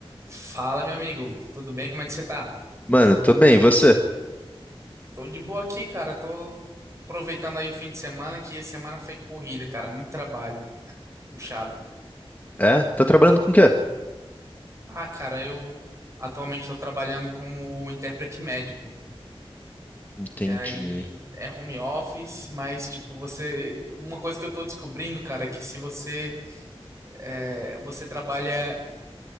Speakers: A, on the right; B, on the left.
A: Fala, meu amigo. Tudo bem? Como é que você tá?
B: Mano, tô bem, e você?
A: Tô de boa aqui, cara. Tô aproveitando aí o fim de semana, que a semana foi corrida, cara. Muito trabalho, puxado.
B: É? Tá trabalhando com o quê?
A: Ah, cara, eu atualmente tô trabalhando como intérprete médico.
B: Entendi.
A: E aí é home office, mas tipo, você. Uma coisa que eu tô descobrindo, cara, é que se você, é, você trabalha